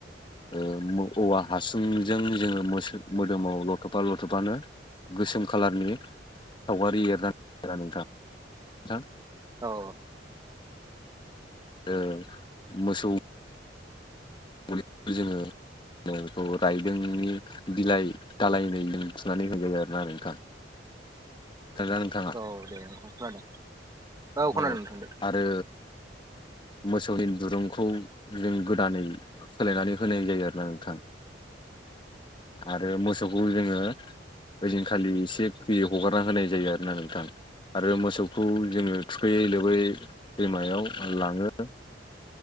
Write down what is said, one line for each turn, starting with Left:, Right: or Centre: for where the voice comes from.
Left: ओ औवा हासुंजों जोङो मोसो मोदोमाव लथ'फा लथ'फानो गोसोम खालारनि सावगारि <unintelligible> नोंथां नोंथां
Right: औ
Left: ओं मोसौ <unintelligible> जोंङो ङोखौ रायदोंनि बिलाइ दालायनैजों थुनानै होयो आरोना नोंथां। खोनादोना नोंथां?
Right: औ दे नोंथां खोनादों। खोनादों
Left: औ
Right: नोंथां दे
Left: आरो मोसौनि दुरुंखौ जों गोदानै सोलायनानै होनाय जायो आरोना नोंथां आरो मोसौखौ जोङो ओइदिन खालि एसे फ्रि‌ हगारना होनाय जायो आरोना नोंथां आरो मोसौखौ जोङो थुखैयै लोबोयै दैमायाव लाङो।